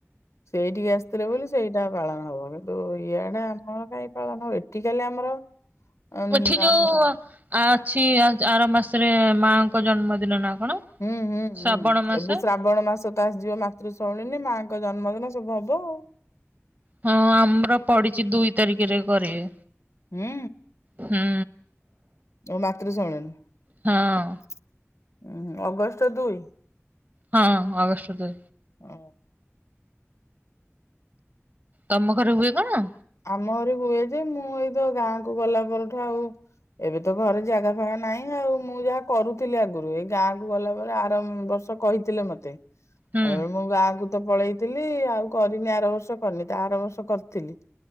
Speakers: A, on the left; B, on the right.
A: ସେଇଠିକି ଆସିଥିଲେ ବୋଲି ସେଇଟା ପାଳନ ହବନି, ତୁ ଇଆଡ଼େ ଆମର କାହିଁ ପାଳନ ଏଠିକାଲି ଆମର, ଉଁ,
B: ଓ ଏଠି ଯୋଉ
A: ଆଁ,
B: ଆଁ ଅଛି ଆର ମାସରେ ମାଙ୍କ ଜନ୍ମଦିନ ନାଁ କଣ?
A: ହୁଁ ହୁଁ ହୁଁ
B: ଶ୍ରାବଣ ମାସ?
A: ଏବେ ଶ୍ରାବଣ ମାସ ତା ଆ ଯିବ ମାତୃଶରଣିନି ମାଆଙ୍କ ଜନ୍ମଦିନ ସବୁ ହବ ଆଉ,
B: ହଁ ଆମର ପଡ଼ିଛି ଦୁଇ ତାରିଖରେ କରିବେ,
A: ହୁଁ,
B: ହୁଁ,
A: ତମ ମାତୃଶମିଳନି
B: ହଁ
A: ଅଗଷ୍ଟ ଦୁଇ।
B: ହଁ ଆଗଷ୍ଟ ଦୁଇ।
A: ଓ ହଁ।
B: ତମ ଘରେ ହୁଏ କଣ?
A: ଆମ ଘରେ ହୁଏ ଯେ ମୁଁ ଏଇ ତ ଗାଁକୁ ଗଲା ପରଠୁ ଆଉ। ଏବେ ତ ଘରେ ଜାଗା ଫାଗା ନାହିଁ ଆଉ ମୁଁ ଯାହା କରୁଥିଲି ଆଗରୁ ଏଇ ଗାଁକୁ ଗଲା ପରେ ଆରମ୍ ବର୍ଷ। କହିଥିଲେ ମତେ।
B: ହୁଁ
A: ଆଉ ମୁଁ ଗାଁକୁ ତ ପଳେଇଥିଲି ଆଉ କରିନି ଆର ବର୍ଷ କରିନି ତା ଆର ବର୍ଷ। ତ କରିଥିଲି